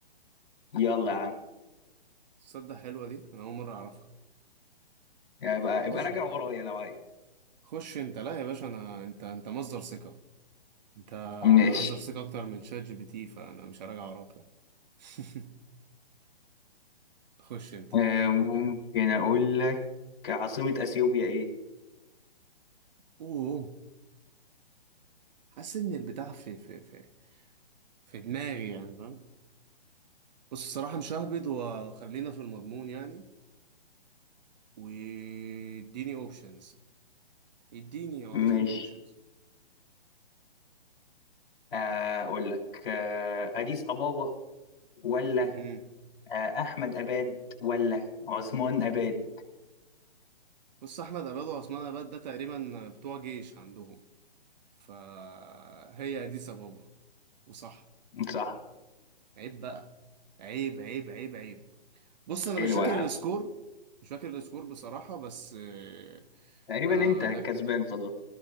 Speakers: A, on the left; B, on the right.
A: يلا يا عم
B: تصدق حلوة دي انا اول مرة اعرفها
A: يبقى ابقى
B: خش
A: راجع ورايا لو عايز
B: خش انت لا يا باشا انا انت انت مصدر ثقة انت
A: ماشي
B: مصدر ثقة اكتر من شات جي بي تي فانا مش هراجع وراك لا. <laughs> خش انت
A: آه، ممكن أقول لك عاصمة أثيوبيا إيه؟
B: اوه حاسس ان البتاع في في في في دماغي يعني فاهم بص الصراحة مش ههبد وخلينا في المضمون يعني واديني اوبشنز يديني يعطيني
A: ماشي
B: اوبشنز
A: آه، أقول لك آه، أديس أبابا ولا
B: امم
A: آه، أحمد أباد ولا عثمان أباد
B: بص احمد اباد وعثمان اباد ده تقريبا بتوع جيش عندهم فهي دي سبابة وصح
A: صح
B: عيب بقى عيب عيب عيب عيب بص انا
A: حلو
B: مش فاكر
A: يا عم
B: السكور مش فاكر السكور بصراحة بس آه،
A: تقريبا
B: آه،
A: أنت كسبان
B: انا
A: خلاص